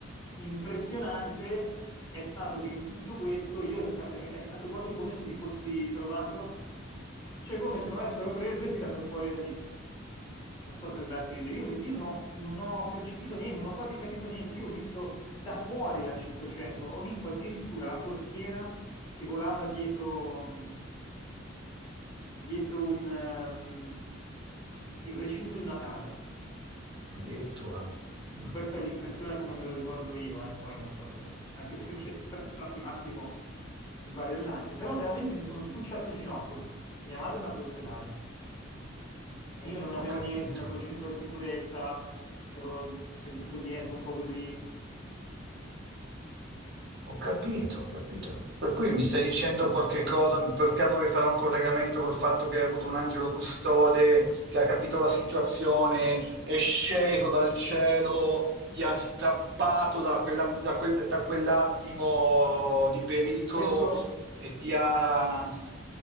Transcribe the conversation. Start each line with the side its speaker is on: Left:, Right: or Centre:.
Left: impressionante è stato che in tutto questo io, è, sta- è è stato proprio come se mi fossi trovato, cioè come se mi avessero preso e tirato fuori da lì. Non so per darti l'idea, io, mi- io non ho, non ho percepito niente, non ho quasi capito niente. Io ho visto da fuori la 500, ho visto addirittura la portiera che volava dietro, mh, dietro un, ehm, il recinto di una casa.
Right: Addirittura. Mm,
Left: Questa è l'impressione come me lo ricordo io, eh, Poi non so se... anche perché <laughs> è stato un attimo sbarellante, però veramente mi sono sbucciato il ginocchio. Mia madre è andata all'ospedale e io non avevo
Right: ho capito.
Left: niente, non avevo cinturone di sicurezza, ero seduto dietro un po' così.
Right: Ho capito, ho capito. Per cui mi stai dicendo
Left: Questo è
Right: qualche
Left: stato...
Right: cosa, per caso vuoi fare un collegamento col fatto che hai avuto un angelo custode che ha capito la situazione, è sceso dal cielo, ti ha strappato da, quella- da quel- da quell'attimo di pericolo
Left: Questo...
Right: e ti ha...